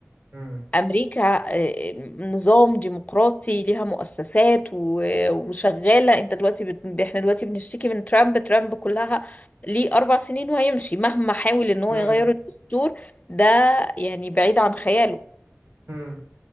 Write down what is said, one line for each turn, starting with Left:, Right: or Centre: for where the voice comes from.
Right: مم.
Left: امريكا آه، نظام ديمقراطي ليها مؤسسات و- وشغالة انت دلوقتي بت... احنا دلوقتي بنشتكي من ترامب ترامب كلها ليه اربع سنين وهيمشي مهما حاول ان هو
Right: مم.
Left: يغير الدستور ده يعني بعيد عن خياله
Right: مم.